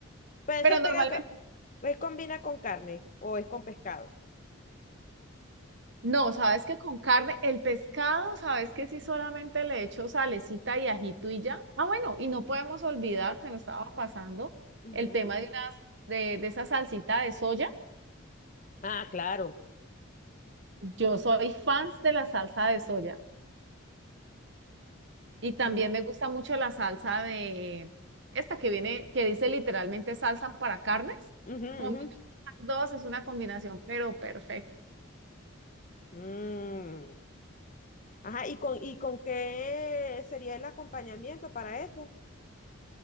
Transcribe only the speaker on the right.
Pero
normalmente
No, sabes que con carne, el pescado, sabes que sí solamente le echo salecita y ajito y ya. Ah, bueno, y no podemos olvidar, se me estaba pasando
el
tema de unas, de, de esa salsita de soya.
Yo soy fans de la salsa de soya y también
me gusta mucho la salsa de esta que viene, que dice literalmente salsa para carnes.
Combina las dos, es una combinación, pero perfecta.